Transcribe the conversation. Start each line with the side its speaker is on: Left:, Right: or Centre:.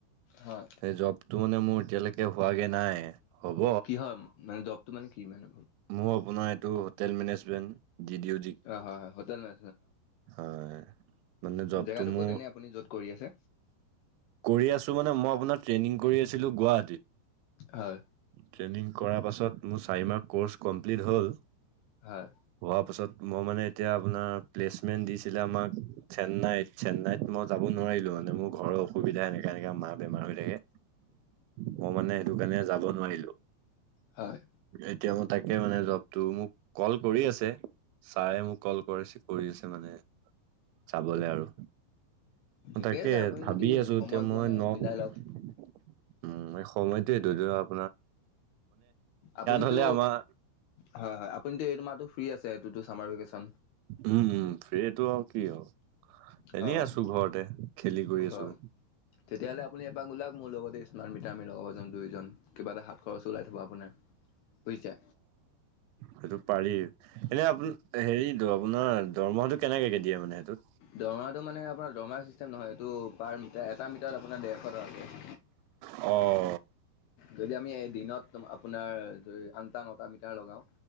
Left: হয়
Right: সেই জব টো মানে মোৰ এতিয়ালৈকে হোৱাগে নাই। হ'ব
Left: কি হয় মানে জৱটো মানে কি মানে
Right: মোৰ আপোনাৰ এইটো হোটেল মেনেজমেন দি দিও
Left: অ হয় হয় হোটেল মে
Right: হয়। মানে জবটো
Left: জেগাটো
Right: মোৰ
Left: ক'ত এনে আপুনি য'ত কৰি আছে?
Right: কৰি আছোঁ মানে মই আপোনাৰ ট্ৰেইনিং কৰি আছিলোঁ গুৱাহাটীত।
Left: হয়।
Right: ট্ৰেইনিং কৰা পাছত মোৰ চাৰিমাহ ক'ৰ্চ কমপ্লিট হ'ল।
Left: হয়।
Right: হোৱা পাছত মই মানে এতিয়া আপোনাৰ প্লেচমেন্ট দিছিলে আমাক চেন্নাইত -চেন্নাইত মই যাব নোৱাৰিলোঁ মানে মোৰ ঘৰ অসুবিধা এনেকা- এনেকা মাৰ বেমাৰ হৈ থাকে। মই মানে সেইটো কাৰণে যাব নোৱাৰিলোঁ।
Left: হয়।
Right: এতিয়া মোৰ তাকে মানে জবটো মোক ক'ল কৰি আছে ছাৰে মোক কল কৰিছে কৰি আছে মানে চাবলে আৰু
Left: ঠিকে
Right: তাকে
Left: আছে আপুনি
Right: ভাবি
Left: যদি
Right: আছো
Left: সময়
Right: এতিয়া
Left: পোৱা
Right: মই
Left: নাই
Right: নক
Left: মিলাই
Right: উম,
Left: লওক
Right: এই সলয়টো <unintelligible>
Left: আপুনিতো
Right: হ'লে আমাৰ
Left: হয়- হয় আপুনিটো এইটো মাহটো ফ্ৰী আছে এইটোটো চামাৰ ভেকেচন?
Right: উম-উম ফ্ৰীটো আৰু কিহল
Left: হয়
Right: এনেই আছো ঘৰতে খেলি কৰি
Left: হয়
Right: আছো।
Left: তেতিয়াহ'লে আপুনি এপাক ওলাওক মোৰ লগতে স্মাৰ্ট মিটাৰ আমি লগাব যাম দুইজন। কিবা এটা হাত খৰচো ওলাই থ'ব আপোনাৰ বুইছা?
Right: সেইটো পাৰি এনে আপোনি হেৰিটো আপোনাৰ দৰমহাটো কেনেকে কে দিয়ে মানে সেটোত?
Left: দৰমহাটো মানে আপোনাৰ দৰমহা চিষ্টেম নহয় এইটো পাৰ মিটাৰ এটা মিটাৰত আপোনাৰ ডেৰশ টকাকে।
Right: অ',
Left: যদি আমি এ দিনত আপোনাৰ আনটা, নটা মিটাৰ লগাও